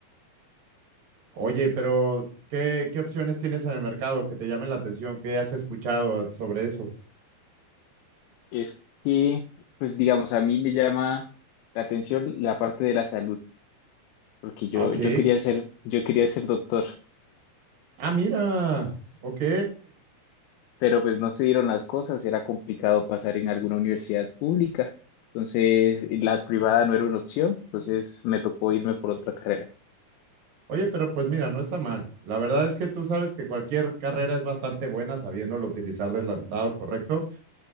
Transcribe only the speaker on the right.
Oye, pero ¿qué, qué opciones tienes en el mercado que te llamen la atención? ¿Qué has escuchado sobre eso?
Ah, ok.
Ah, mira. Ok.
Oye, pero pues mira, no está mal. La verdad es que tú sabes que cualquier carrera es bastante buena sabiéndolo utilizar del la- lado correcto,